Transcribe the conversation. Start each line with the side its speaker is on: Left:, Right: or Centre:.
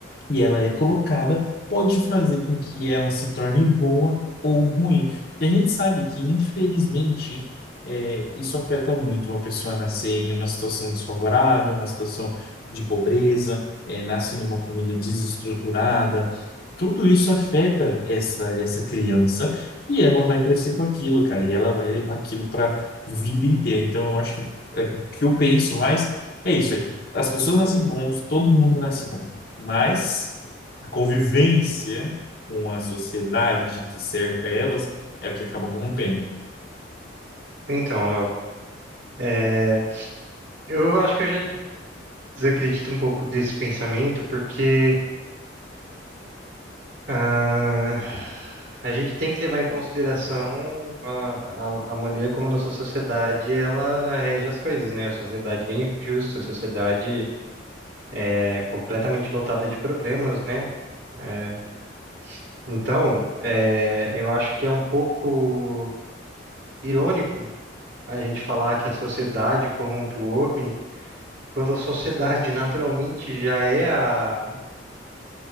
Left: que ela é colocada, pode fazer com que ela se torne boa ou ruim. E a gente sabe que, infelizmente, é, isso afeta muito uma pessoa nascer em uma situação desfavorável, uma situação de pobreza, é, nasce numa família desestruturada tudo isso afeta essa essa criança e ela vai crescer com aquilo, cara, e ela vai levar aquilo para vida inteira. Então eu acho que é, o que eu penso mais é isso, é que as pessoas nascem bons, todo mundo nasce bom, mas a convivência com a sociedade que cerca elas é a que acaba corrompendo.
Right: Então, Léo, é, eu acho que eu já desacredito um pouco desse pensamento, porque ah, a gente tem que levar em consideração a, a, a maneira como a nossa sociedade ela rege as coisas, né? A sociedade é injusta, a sociedade é completamente lotada de problemas, né? Eh, Então, é, eu acho que é um pouco irônico a gente falar que a sociedade corrompe o homem. Quando a sociedade naturalmente já é a.